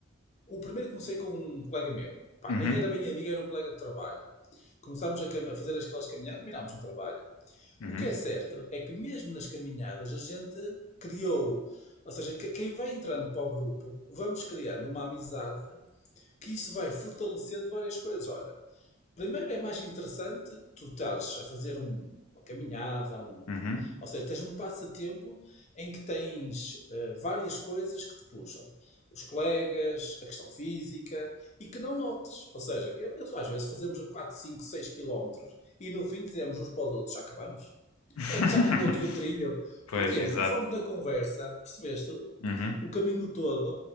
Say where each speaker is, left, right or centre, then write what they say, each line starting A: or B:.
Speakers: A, on the left; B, on the left.
A: o primeiro comecei com um colega meu, Pá,
B: Uhum,
A: nem era bem amigo, era um colega de trabalho. Começámos a, cam- a fazer aquelas caminhadas, combinámos no trabalho.
B: uhum,
A: O que é certo é que mesmo nas caminhadas a gente criou, ou seja, que- quem vai entrando para o grupo, vamos criando uma amizade que isso vai fortalecendo várias coisas. Olha, primeiro é mais interessante tu estares a fazer um- uma caminhada, um-
B: uhum.
A: ou seja, tens um passatempo em que tens eh, várias coisas que te puxam. Os colegas, a questão física, e que não notes. Ou seja, eu, eu às vezes fazemos a 4, 5, 6 quilómetros e no fim dizemos uns para os outros, já acabamos.
B: <laughs>
A: É que já acabou aqui o trilho.
B: Pois,
A: Porquê?
B: exato.
A: Porque fomos na conversa, percebeste?
B: Uhum.
A: O caminho todo